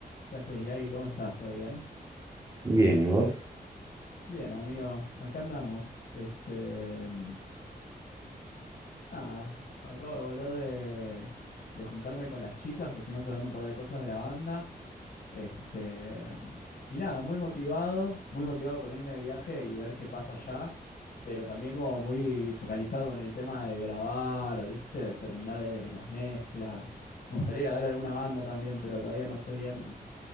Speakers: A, on the left; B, on the right.
A: ¿Qué haces, Yagi? ¿Cómo estás? ¿Todo bien?
B: Bien, ¿y vos?
A: Bien, amigo, acá andamos. Este, mm, nada, acabo de volver de, de juntarme con las chicas, que estuvimos hablando un par de cosas de la banda. Este, mm, y nada, muy motivado, muy motivado con irme de viaje y ver qué pasa allá, pero también como muy focalizado con el tema de grabar, ¿viste? Terminar eh, las mezclas. Me gustaría ir a ver alguna banda también, pero todavía no sé bien